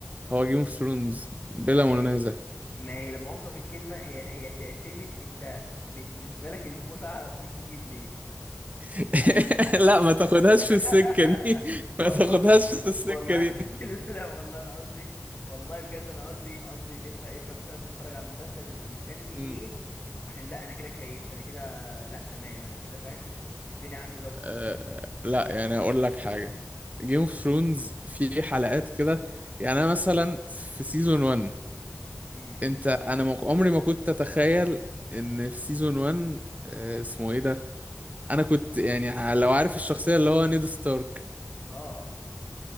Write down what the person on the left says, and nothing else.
ما
ما هي لما اوصف الكلمه هي هي تعتمد انت بالنسبه لك المتعه بتيجي منين
<laughs>
والله
والله
<laughs> لا والله انا قصدي والله بجد انا قصدي قصدي ان انت انت مثلا بتتفرج على المسلسل بتبقى مستني
ايه عشان لا انا كده اتكيفت انا كده لا تمام انا كده فاهم الدنيا عندي ظبطت
امم
اه اه